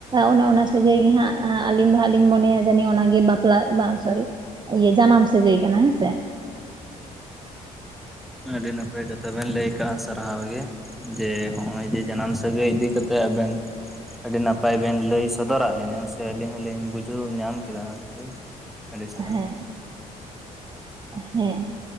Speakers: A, on the right; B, in the centre.
A: ᱚᱱᱮ ᱚᱱᱟ ᱥᱟᱹᱜᱟᱹᱭ ᱜᱮᱦᱟᱸᱜ ᱟᱹᱞᱤᱧ ᱫᱚ ᱦᱟᱸᱜ ᱞᱤᱧ ᱢᱚᱱᱮᱭᱟ ᱡᱟᱹᱱᱤᱡ ᱚᱱᱟᱜᱮ ᱵᱟᱯᱞᱟ ᱵᱟ ᱥᱚᱨᱤ ᱡᱟᱱᱟᱢ ᱥᱟᱹᱜᱟᱹᱭ ᱠᱟᱱᱟ ᱦᱮᱸᱥᱮ
B: ᱦᱮᱸ ᱟᱹᱰᱤ ᱱᱟᱯ ᱯᱮ ᱡᱚᱛᱚ ᱵᱮᱱ ᱞᱟᱹᱭ ᱠᱟᱜ-ᱟ ᱥᱟᱨᱦᱟᱣ ᱜᱮ ᱡᱮ ᱦᱚᱜ-ᱚᱭ ᱡᱮ ᱡᱟᱱᱟᱢ ᱥᱟᱹᱜᱟᱹᱭ ᱤᱫᱤ ᱠᱟᱛᱮ ᱟᱵᱮᱱ ᱟᱹᱰᱤ ᱱᱟᱯᱟᱭ ᱵᱮᱱ ᱞᱟᱹᱭ ᱥᱚᱫᱚᱨᱟᱜ ᱞᱤᱧᱟᱹ ᱥᱮ ᱟᱹᱞᱤᱧ ᱦᱚᱞᱤᱧ ᱵᱩᱡᱷᱟᱹᱣ ᱧᱟᱢ ᱠᱮᱫᱟ ᱟᱨᱠᱤ ᱟᱹᱰᱤ ᱥᱟᱨᱟᱣ
A: ᱦᱮᱸ ᱦᱮᱸ